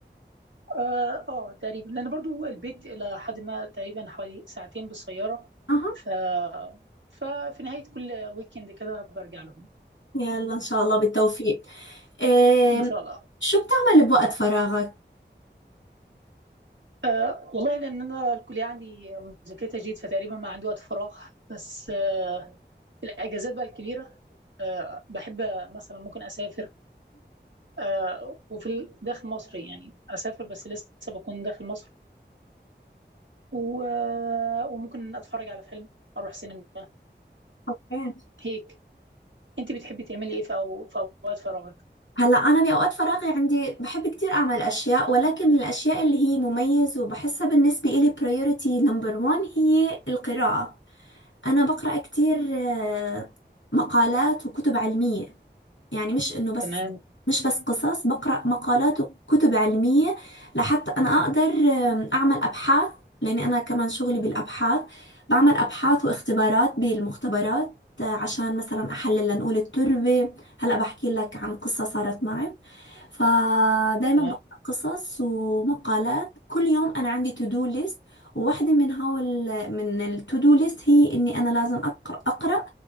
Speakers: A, on the right; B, on the left.
A: آآ آه تقريبًا، لأن برضه البيت إلى حدٍ ما تقريبًا حوالي ساعتين بالسيارة،
B: أها
A: ف ففي نهاية كل weekend كده بارجع لهم
B: يلا ان شاء الله بالتوفيق إيه
A: إن شاء الله.
B: شو بتعمل بوقت فراغك
A: أه والله لأن أنا الكلية عندي مذاكرتها جيد فتقريبا ما عندي وقت فراغ بس أه في الأجازات بقى الكبيرة أه بحب مثلا ممكن أسافر أه وفي ال- داخل مصر يعني أسافر بس لسه بكون داخل مصر و- آه، وممكن أتفرج على فيلم أروح سينما
B: اوكي
A: هيك أنت بتحبي تعملي إيه في, أو في أوقات فراغك؟
B: هلا انا باوقات فراغي عندي بحب كتير اعمل اشياء ولكن الاشياء اللي هي مميز وبحسها بالنسبه لي priority number one هي القراءه انا بقرا كتير آه، مقالات وكتب علميه يعني مش انه بس
A: تمام
B: مش بس قصص بقرأ مقالات وكتب علمية لحتى انا اقدر آم، اعمل ابحاث لاني انا كمان شغلي بالابحاث بعمل ابحاث واختبارات بالمختبرات آه، عشان مثلا احلل لنقول التربة هلا بحكي لك عن قصة صارت معي فدايما
A: تمام
B: بقرأ قصص ومقالات كل يوم انا عندي تو دو ليست وواحدة من هول من التو دو ليست هي اني انا لازم اقرأ اقرأ